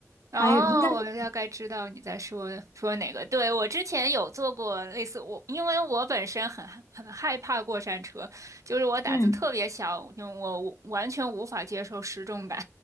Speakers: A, on the right; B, on the left.
A: 哦，
B: 还有应该有。
A: 我大概知道你在说说哪个。对，我之前有坐过类似我，因为我本身很害很害怕过山车，就是我胆子特别小，
B: 嗯
A: 因为我我完全无法接受失重感，